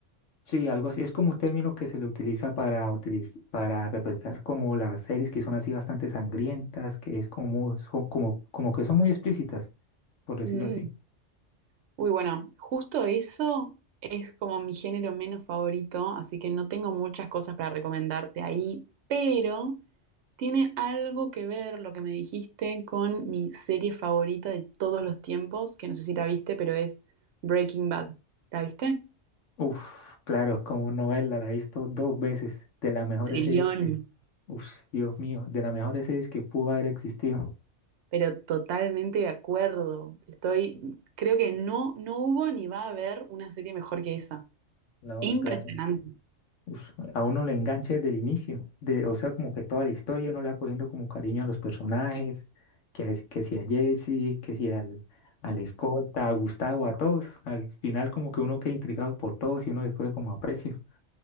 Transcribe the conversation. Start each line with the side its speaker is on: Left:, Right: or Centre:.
Left: Sí, algo así, es como un término que se le utiliza para, utiliz- para representar como las series que son así bastante sangrientas, que es como, son como, como que son muy explícitas, por decirlo
Right: Mm.
Left: así.
Right: Uy, bueno, justo eso es como mi género menos favorito, así que no tengo muchas cosas para recomendarte ahí, pero Tiene algo que ver lo que me dijiste con mi serie favorita de todos los tiempos, que no sé si la viste, pero es Breaking Bad. ¿La viste?
Left: Uf, claro, como novela, la he visto dos veces, de las mejores
Right: Serión.
Left: series. Uf, Dios mío, de las mejores series que pudo haber existido.
Right: Pero totalmente de acuerdo. Estoy, creo que no, no hubo ni va a haber una serie mejor que esa.
Left: No,
Right: Impresionante.
Left: claro. Uf, a uno le engancha desde el inicio, de, o sea, como que toda la historia uno le va cogiendo como cariño a los personajes, que, a- que si a Jesse, que si al, al escolta, a Gustavo, a todos. Al final como que uno queda intrigado por todos y uno les coge como aprecio.